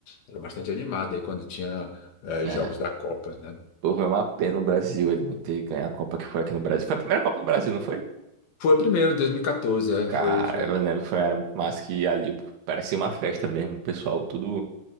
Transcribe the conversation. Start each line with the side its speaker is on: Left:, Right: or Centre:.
Left: era bastante animado aí quando tinha eh,
Right: É.
Left: jogos da Copa, né?
Right: Pô, foi uma pena o Brasil ele não ter ganho a Copa que foi aqui no Brasil. Foi a primeira Copa no Brasil, não foi?
Left: Foi primeiro, em 2014, é,
Right: Cara,
Left: foi, foi,
Right: eu lembro que foi, era muito massa que ali parecia uma festa mesmo. O pessoal tudo.